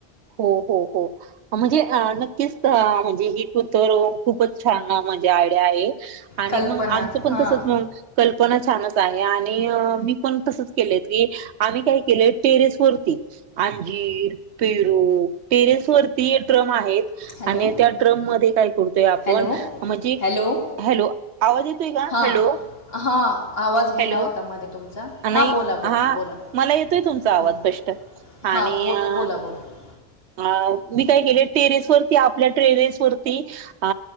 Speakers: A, on the right; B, on the left.
A: हो हो हो म्हणजे नक्कीच म्हणजे ही <inaudible> खूपच छान म्हणजे आयडिया आहे. आणि
B: कल्पना
A: मग आमचं पण
B: हां
A: तसंच मग कल्पना छानच आहे आणि मी पण तसचं केलत की आम्ही काय केलंय टेरेस वरती अंजीर पे टेरेस वरती ट्रम आहेत.
B: हॅलो
A: आणि त्या ड्रम मध्ये काय करतोय आपण
B: हॅलो
A: म्हजी
B: हॅलो
A: हॅलो आवाज येतोय का?
B: हां
A: हॅलो
B: हां आवाज गेला
A: हॅलो
B: होता मध्ये तुमचा
A: अ नाही
B: हां बोला बोला
A: हा
B: बोला
A: मला येतोय तुमचा आवाज
B: हं.
A: स्पष्ट. आणि
B: हां बोल
A: अ
B: बोला बोला
A: अ मी काय केलंय टेरेस वरती आपल्या टेरेस वरती अ